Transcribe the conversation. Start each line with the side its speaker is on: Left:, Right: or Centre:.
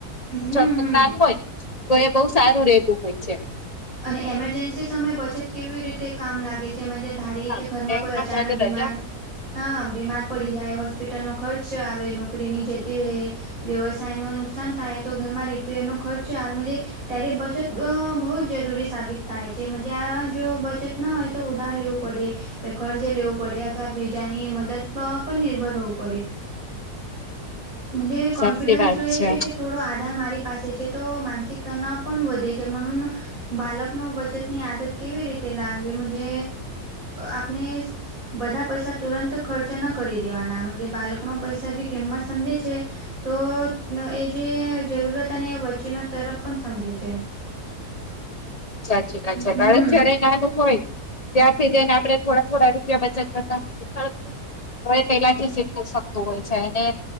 Right: હમ
Left: જો
Right: હમ
Left: જ્ઞાન હોય, તો એ બહુ સારું રેતું હોય છે.
Right: અને એમરજન્સી સમયે બચત કેવી રીતે કામ લાગે છે ધારીકે
Left: હા
Right: ઘરમાં
Left: બેંકમાં
Right: કોઈ અચાનક
Left: તો આજે
Right: બીમાર
Left: રજા
Right: હા બીમાર પડી જાય હોસ્પિટલનો ખર્ચ આવે નોકરી જતી રહે. વ્યવસાયનું નુકસાન થાયતો ઘરમાં રિપેરનો ખર્ચ આવે. ત્યારે બચત બહુ જરૂ જરૂરી સાબિત થાય છે આજો બચત ના હોય તો ઉધાર લેવું પડે, ને કર્જ લેવું પડે અથવા બીજાની મદદ પર નિર્ભર રેવું પડે. મંજે કોન્ફિડન્સ
Left: સાચી વાત
Right: રહે
Left: છે
Right: છેકે થોડો આધાર મારી પાસે છેતો માનસિક તણાવ પણ વધે છે, બાળકનો બચતની આદત કેવી રીતે લાગવી મંજે આપણે બધા પૈસા તુરંત ખર્ચ ન કરી દેવાના બાળકનો પૈસાભી કિંમત સમજે છે. તો એ જે જરૂરત અને વચ્ચેનો તરફ પણ સમજે છે. <inaudible>
Left: સાચી
Right: હમ
Left: છે બાળક જયારે નાનું હોય. ત્યાારથી જઈને આપણે થોડા થોડા રૂપિયા બચત કરતાનું છે. હ પેલાથી શીખવું શકતું હોય છે અને,